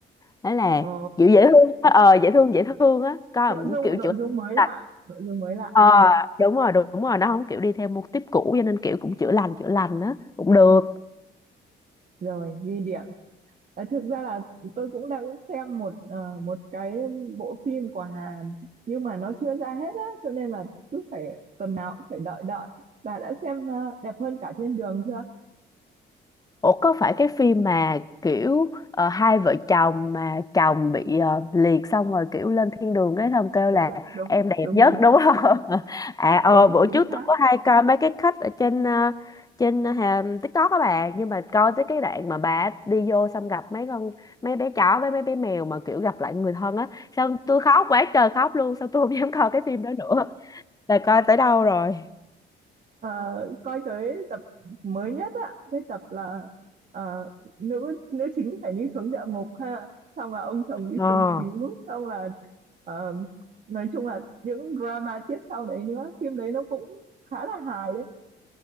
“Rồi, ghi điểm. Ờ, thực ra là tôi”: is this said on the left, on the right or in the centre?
Right